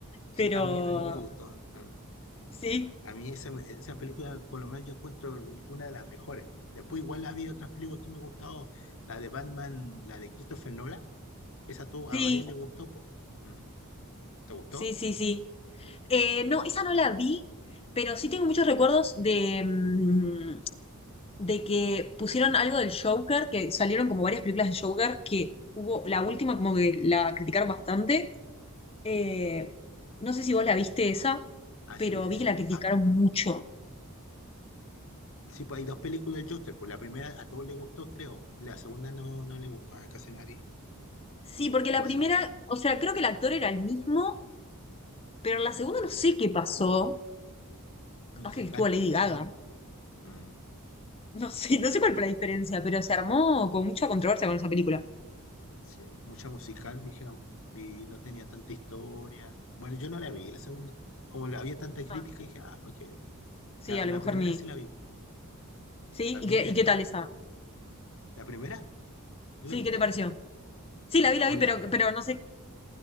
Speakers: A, on the left; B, on the left.
A: pero
B: Sí, a mí, a mí me gustó. Mm.
A: sí,
B: A mí esa, esa película, por lo menos yo encuentro una de las mejores. Después igual había otras películas que me gustado, la de Batman, la de Christopher Nolan, esa tú,
A: sí,
B: a varios le gustó, po. Mm. ¿Te gustó?
A: sí, sí, sí. Eh, no, esa no la vi, pero sí tengo muchos recuerdos de, mm, de que pusieron algo del Joker, que salieron como varias películas de Joker, que hubo la última como que la criticaron bastante. Eh, no sé si
B: Ah,
A: vos la
B: la
A: viste
B: yo.
A: esa,
B: Ah,
A: pero
B: sí, sí,
A: vi
B: sí.
A: que la criticaron
B: Ah,
A: mucho.
B: sí, pues hay dos películas del Joker, pues la primera a todos les gustó, creo. La segunda no, no le gustó a casi nadie,
A: Sí, porque
B: el
A: la
B: Guasón.
A: primera, o sea, creo que el actor era el mismo, pero en la segunda no sé qué pasó. Capaz
B: Musical,
A: que estuvo Lady
B: pues hicieron
A: Gaga. <laughs>
B: como- mm,
A: No sé, no sé cuál fue la diferencia, pero se armó con mucha controversia con esa película.
B: sí, mucha musical, dijeron, y no tenía tanta historia. Bueno, yo no la vi, la segunda. Como la había tanta crítica,
A: Ah,
B: dije, ah, pues
A: sí,
B: La,
A: a lo
B: la
A: mejor
B: primera
A: ni.
B: sí la vi.
A: ¿Sí?
B: También
A: ¿Y qué,
B: está.
A: y qué tal esa?
B: ¿La primera? ¿No
A: Sí,
B: la viste?
A: ¿qué te pareció? Sí, la vi,
B: No,
A: la vi, pero,
B: la prim-
A: pero no sé.